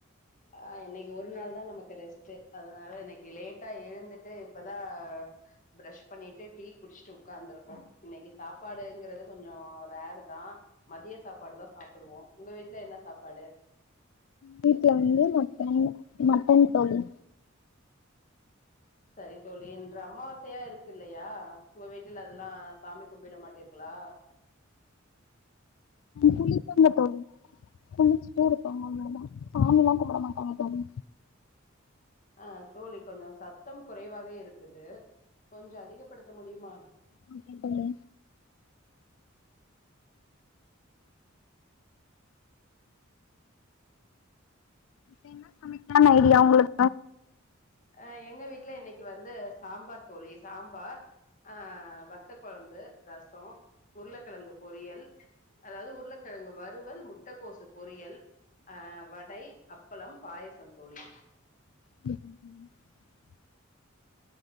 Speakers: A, on the left; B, on the left.
A: ஆஹ் இன்னைக்கு ஒரு நாள் தா நமக்கு ரெஸ்ட்டுஅதனால இன்னைக்கு லேட்டா எழுந்துட்டு இப்பதா ஃப்ரெஷ் பண்ணிட்டு டீ குடிச்சுட்டு உட்காந்துருக்கோ இன்னைக்கு சாப்பாடுங்கிறது கொஞ்ச ரேர் தா மதிய சாப்பாடு தா சாப்பிடுவோ உங்க வீட்டுல என்ன சாப்பாடு
B: வீட்டு்ல வந்து மட்டன் மட்டன் தோழி
A: சரி தோழி என்ற அம்மாவசையா இருக்கு இல்லையா உங்க வீட்டுல அதெல்லா சாமி கும்பிட மாட்டீர்களா
B: புளிச்சங்க தோழி குளிச்சுட்டே இருப்பாங்க மாமா சாமிலா கும்புட மாட்டாங்க தோழி
A: அஹ் தோழி கொஞ்ச சத்தம் குறைவாக இருக்குது கொஞ்ச அதிகப்படுத்த முடியுமா
B: ஓகே தோழி இ என்ன சமை <unintelligible> ஐடியா உங்களுக்கு
A: அஹ் எங்க வீட்டுல என்னைக் வந்து சாம்பார் தோழி சாம்பார் ஆஹ் வத்த கொழம்பு ரச உருளைக்கிழங்கு பொரியல் அதாவது உருளைக்கிழங்கு வறுவல் முட்டக்கோசு பொரியல் அஹ் வடை அப்பளம் பாய்சம் தோழி
B: <inaudible>